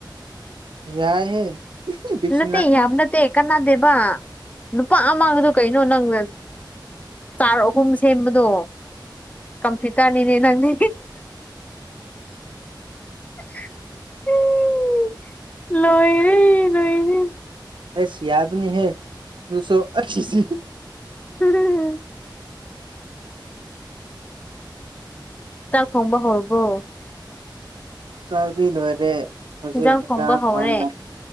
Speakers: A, on the right; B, on the left.
A: ꯌꯥꯏꯌꯦ ꯕꯤꯛ
B: ꯌꯥꯇꯦ ꯌꯥꯕ ꯅꯠꯇꯦ ꯀꯥꯟꯅꯗꯦꯕ ꯂꯨꯄꯥ ꯑꯃꯥꯗꯣ ꯀꯩꯅꯣ ꯅꯪ ꯆꯥꯔ ꯑꯍꯨꯝ ꯁꯦꯝꯕꯗꯣ ꯀꯝꯐ꯭ꯌꯨꯇ꯭ꯔꯅꯤꯅꯦ ꯅꯪꯅꯤ ꯑꯦ ꯂꯣꯏꯔꯦ ꯂꯣꯏꯔꯦ
A: ꯑꯁ ꯌꯥꯕꯅꯤ ꯍꯦ ꯅꯪꯁꯨ ꯑꯁꯤ
B: ꯎꯝ ꯆꯥꯛ ꯊꯣꯡꯕ ꯍꯧꯔꯥꯕꯣ
A: ꯆꯥꯛꯗꯤ ꯂꯣꯏꯔꯦ ꯍꯧꯖꯤꯛ
B: ꯏꯟꯖꯥꯡ
A: ꯍꯟꯖꯥꯡ
B: ꯊꯣꯡꯕ ꯍꯧꯔꯦ
A: ꯊꯣꯡꯅ